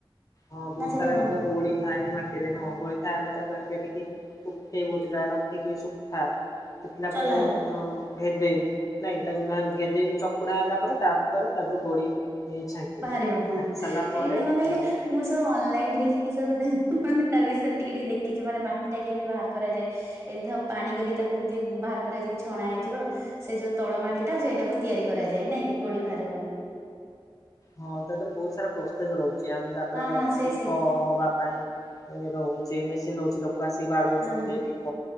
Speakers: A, on the left; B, on the right.
A: ହଁ ବୋହୁତ
B: ନା ସେଟା
A: ସାରା
B: କଣ?
A: ଇଏରେ ଗୋଡି ଥାଏ ମାଟିରେ ହଁ ଗୋଡି ଥାଏ। ଆମେ ତାକୁ ଆଣିକି ଏଠିକି ଶୁଖେଇବୁ ଗୋଟେ ଯାଗରେ ରଖିକି ଶୁଖା। ଶୁଖିଲା
B: ଚଲା
A: ପରେ ତାକୁ
B: ହବ।
A: ଭେଦେଇବୁ ନାଇଁ ତାକୁ ବା ଭେଦେଇବି ଚକୁଡା ହେଲା ପରେ ତା ପରେ ତା ଦେହରୁ ଗୋଡି ଛାଙ୍କିବୁ
B: ବାହାରିବ ହଁ
A: ଛାଙ୍କି ସାରିଲା
B: କାହିଁକି
A: ପରେ
B: ନା କଣ କହିଲେ
A: ହୋଉ
B: ମୁଁ ସବୁ ଅନଲାଇନି ଦେଖିକି ସବୁ ଦେ ମାନେ ତା ବିଷୟରେ ଟିକେ ଟିକେ ଦେଖିଚି ମାନେ ମାଟି ଟା କେମିତି ବାହାର କରାଯାଏ। ଏମିତି ଧ ପାଣି କରି ତାକୁ ଏମିତି ବାହାର କରାଯାଇକି ଛଣା ହେଇଯିବ। ସେ ଯୋଉ ତଳ ମାଟି ଟା ସେଇଟାକୁ ତିଆରି କରାଯାଏ ନାଁଆ କି ଗୋଡି ବାହାରିବନି।
A: ହଁ ତା ଦେହରେ ବୋହୁତ ସାରା ପ୍ରୋସେସ ରହୁଚି। ଆଉ ତାପରେ
B: ହଁ ହଁ ସେଇ
A: ଦୀପ
B: ସେଇ
A: ହବା ପାଇଁ ଏ ରହୁଛି ମେସିନ୍ ରହୁଛି ଲୋ କ ଆସି ବାଡଉଛନ୍ତି
B: ହଁ
A: ଦୀପ